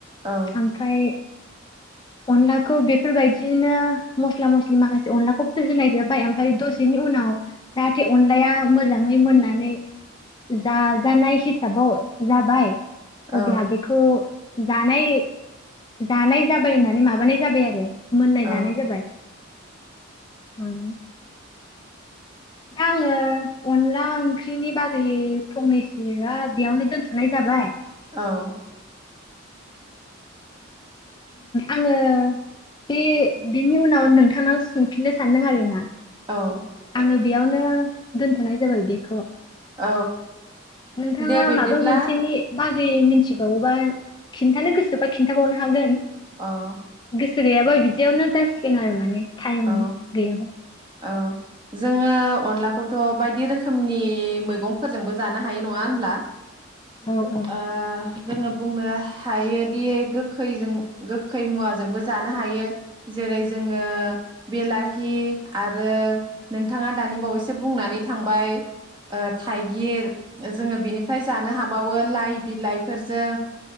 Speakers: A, on the right (about 25°); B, on the left (about 20°).
A: औ
B: ओमफ्राय अनलाखौ बेफोरबायदिनो मस्ला मस्लि माखासे अनलाखौथ होनाय जाबाय ओमफ ओमफ्राय दसेनि उनाव जाहाथे अनलाया मोजाङै मोननानै जाजानाय हिसाबाव जाबाय
A: औ
B: अब्ला बेखौ जानाय जानाय जाबाय होननानै माबानाय जाबाय आरो। मोननाय
A: औ
B: लानाय जाबाय। उम आङो अनला ओंख्रिनि बागै फंनैसोआ बेयावनो दोनथ'नाय जाबाय
A: औ
B: आङो बे बिनि उनाव नोंथांनाव सोंफिननो सानदों आरो ना
A: औ
B: ओ बेयावनो दोनथ'नाय जाबाय बेखौ
A: औ
B: नोंथाङा
A: दे बिब्दिब्ला
B: माबा मोनसेनि बा मिथिबावोबा खिन्थानो गोसोबा खिन्थाबावनो हागोन
A: अह
B: गोसो गैयाबा बिदियावनो जासिगोन आरो माने टाइम
A: औ
B: गैयाबा
A: औ जोङो अनलाखौथ' बायदि रोखोमनि मैगंफोरजोंबो जानो हायो नङा होनब्ला
B: औ औ
A: ओ जोङो बुंनो हायोदि गोखैजों गोखै मुवाजोंबो जानो हायो जेरै जोङो बेलाहि आरो नोंथाङा दानि बावैसो बुंनानै थांबाय थाइगिर जोङो बेनिफ्राय जानो हाबावो लाइ बिलाइफोरजों